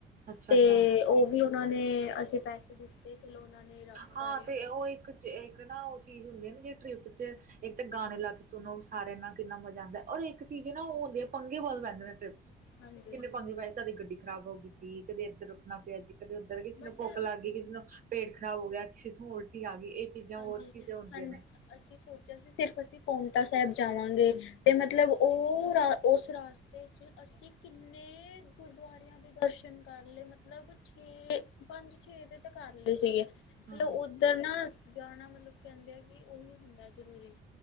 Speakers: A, on the right; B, on the left.
A: ਅੱਛਾ
B: ਤੇ
A: ਅੱਛਾ
B: ਉਹ ਵੀ ਉਹਨਾਂ ਨੇ ਅਸੀਂ ਪੈਸੇ ਦਿੱਤੇ ਚਲੋ ਉਹਨਾਂ ਨੇ ਰ
A: ਹਾਂ
B: ਕਰ ਲਿਆ
A: ਉਹ ਇੱਕ ਤੇ, ਇੱਕ ਨਾ ਉਹ ਚੀਜ਼ ਹੁੰਦੀ ਹੈ ਨਾ ਜੇ ਟਰਿੱਪ 'ਚ ਇੱਕ ਤਾਂ ਗਾਣੇ ਲਾ ਕੇ ਸੁਣੋ ਸਾਰਿਆਂ ਨਾਲ ਕਿੰਨਾ ਮਜ਼ਾ ਆਂਦਾ, ਔਰ ਇੱਕ ਚੀਜ਼ ਨਾ ਉਹ ਹੁੰਦੀ ਹੈ ਪੰਗੇ ਬਹੁਤ ਲੈਂਦੇ ਨੇ ਟ੍ਰਿਪ ਚ।
B: ਹਾਂਜੀ
A: ਕਿੰਨੇ ਪੰਗੇ ਪਏ, ਕਦੀ ਗੱਡੀ ਖ਼ਰਾਬ ਹੋ ਗਈ ਜੀ, ਕਦੇ ਇੱਧਰ ਰੁਕਣਾ ਪਿਆ ਜੀ, ਕਦੇ ਉੱਧਰ ਕਿਸੇ
B: ਬਟ
A: ਨੂੰ ਭੁੱਖ ਲੱਗ-'- ਕਿਸੇ ਨੂੰ ਪੇਟ ਖ਼ਰਾਬ ਹੋ ਗਿਆ, ਕਿਸੇ ਤੋਂ ਉਲਟੀ ਆ ਗਈ, ਇਹ ਚੀਜ਼ਾਂ
B: ਹਾਂਜੀ
A: ਬਹੁਤ ਚੀਜ਼ਾਂ ਹੁੰਦੀਆਂ
B: ਹਾਂਜੀ
A: ਨੇ।
B: ਅਸੀਂ ਸੋਚਿਆ ਸੀ ਸਿਰਫ ਅਸੀਂ ਪਾਉਂਟਾ ਸਾਹਿਬ ਜਾਵਾਂਗੇ, ਤੇ ਮਤਲਬ ਉਹ, ਉਸ ਰਸਤੇ ਚ ਅਸੀਂ ਕਿੰਨੇ ਤੇ, ਗੁਰਦੁਆਰਿਆਂ ਦੇ ਦਰਸ਼ਨ ਕਰ ਲਏ ਮਤਲਬ। ਮਤਲਬ, ਛੇ ਪੰਜ ਛੇ ਦੇ ਤਾਂ ਕਰ ਲਏ ਸੀਗੇ। ਮਤਲਬ
A: ਉੱਧਰ ਨਾ
B: ਉੱਧਰ ਨਾ, ਜਾਣਾ ਮਤਲਬ ਕਹਿੰਦੇ ਆ ਕਿ ਉਹੀ ਹੁੰਦਾ ਜ਼ਰੂਰੀ।